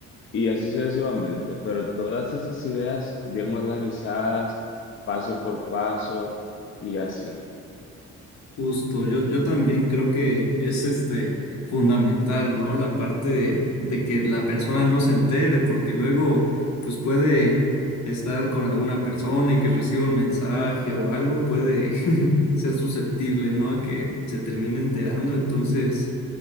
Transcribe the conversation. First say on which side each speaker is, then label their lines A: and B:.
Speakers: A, on the left (about 40°); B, on the left (about 65°).
A: y así sucesivamente. Pero todas esas ideas bien organizadas, paso por paso y así.
B: Justo, yo, yo también creo que es este fundamental, ¿no? La parte de, de que la persona no se entere, porque luego pues puede estar con alguna persona y que reciba un mensaje o algo, puede <laughs> ser susceptible, ¿no? A que se termine enterando, entonces.